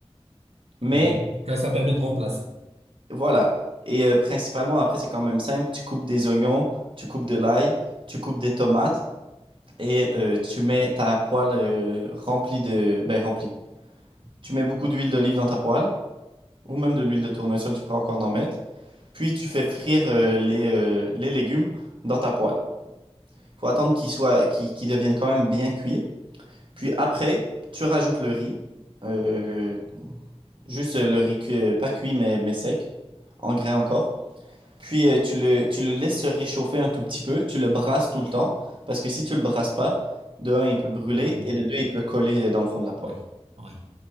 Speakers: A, on the right; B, on the right.
A: Mais
B: Donc, que ça permet de remplacer.
A: Voilà. Et euh, principalement, après, c'est quand même simple. Tu coupes des oignons, tu coupes de l'ail, tu coupes des tomates et euh, tu mets ta poêle euh, remplie de... Ben, remplie. Tu mets beaucoup d'huile d'olive dans ta poêle ou même de l'huile de tournesol, tu pourras encore en mettre. Puis tu fais frire euh, les, euh, les légumes dans ta poêle. faut attendre qu'ils soient, qu'ils qu'ils deviennent quand même bien cuits. Puis après, tu rajoutes le riz. Euh, juste le riz cu- pas cuit, mais, mais sec, en grains encore. Puis euh, tu le, tu le laisses se réchauffer un tout petit peu, tu le brasses tout le temps, parce que si tu le brasses pas, de un, il peut brûler,
B: autrement,
A: et de deux, il peut coller euh, dans le fond de la poêle.
B: Oui, oui.